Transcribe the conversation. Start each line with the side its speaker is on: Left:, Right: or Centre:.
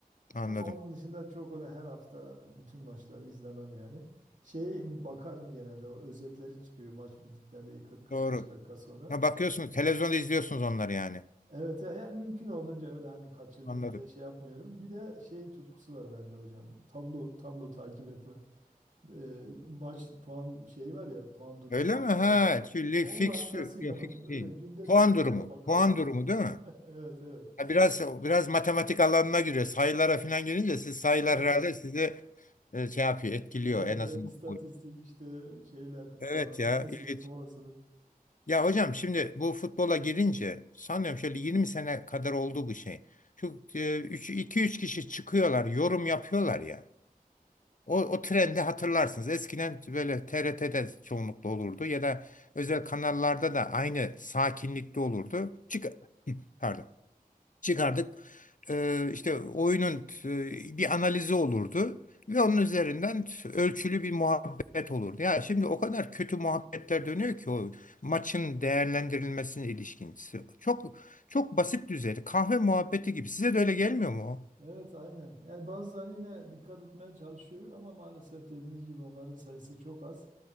Left: Anladım.
Right: Ama onun dışında çok öyle her hafta bütün maçları izlemem yani. Şeye bakarım genelde o özetleri çıkıyor maç bittikten bir 40-45
Left: Doğru.
Right: dakika sonra.
Left: Ha, bakıyorsunuz televizyonda izliyorsunuz onları yani.
Right: Evet yani mümkün olduğunca öyle hani kaçırdım
Left: Anladım.
Right: diye şey yapmıyorum. Bir de şey tutkusu var bende hocam. Tablo tablo takip etme. Ee, maç puan şey var ya puan durumları
Left: Öyle mi? Ha,
Right: falan.
Left: şimdi
Right: Onun
Left: fikstür.
Right: hastasıyım.
Left: Yok
Right: Ona
Left: fix
Right: Böyle
Left: değil.
Right: günde
Left: Puan
Right: birkaç
Left: durumu.
Right: defa bakarım
Left: Puan
Right: ona.
Left: durumu değil mi?
Right: <laughs> Evet evet.
Left: Ha, biraz biraz matematik alanına giriyor. Sayılara falan girince siz sayılar
Right: Aynen.
Left: herhalde sizi e, şey yapıyor, etkiliyor
Right: Evet
Left: en azından.
Right: evet istatistik işte şeyler
Left: Evet
Right: falan olasılık
Left: ya ilginç.
Right: olasılık.
Left: Ya hocam şimdi bu futbola girince sanıyorum şöyle 20 sene kadar oldu bu şey. Şu iki üç kişi çıkıyorlar, yorum yapıyorlar ya. O, o trendi hatırlarsınız. Eskiden böyle TRT'de çoğunlukla olurdu ya da özel kanallarda da aynı sakinlikte olurdu. Çık <laughs> Pardon çıkardık. Ee, işte oyunun e, bir analizi olurdu ve onun üzerinden ölçülü bir muhabbet olurdu. Ya şimdi o kadar kötü muhabbetler dönüyor ki o maçın değerlendirilmesine ilişkin. Çok çok basit düzeyde kahve muhabbeti gibi. Size de öyle gelmiyor mu o?
Right: Evet aynen. Yani bazıları yine dikkat etmeye çalışıyor ama maalesef dediğiniz gibi onların sayısı çok az.